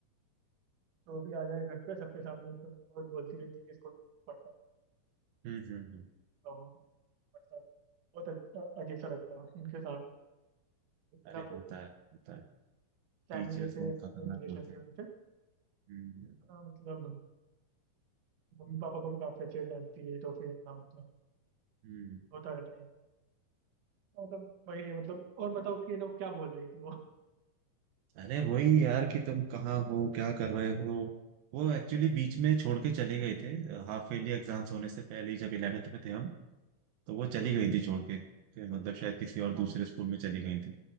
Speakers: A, on the right; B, on the right.
A: तो भी आ जाए घर पे सबके सामने मतलब कुछ ना कुछ बोलती रहती है कि स्कूल में पढ़ता है
B: हम्म हम्म हम्म।
A: पढ़ता है, पढ़ता है, वो पढ़ता है। बहुत अच्छा- अजीब सा लगता है उनके साथ
B: अरे
A: ना फ्रेंडली
B: होता है होता है
A: फैमिली
B: टीचर्स
A: जैसे
B: बहुत
A: रिलेशन
B: खतरनाक होते
A: से
B: हैं
A: उनसे
B: हम्म
A: हाँ, मतलब मम्मी पापा को भी काफी अच्छे से जानती है तो फिर अपना मतलब
B: हम्म
A: होता रहता है ये सब। तो मतलब वही है मतलब और बताओ कि ये लोग क्या बोल रही थी वो
B: अरे वही यार कि तुम कहाँ हो क्या कर रहे हो वो एक्चुअली बीच में छोड़ के चले गए थे हाफ ईयरली एग्जाम्स होने से पहले ही जब इलेवेंथ में थे हम तो वो चली गई थी छोड़ के फिर मतलब शायद किसी और दूसरे
A: हाँ
B: स्कूल में चली गई थी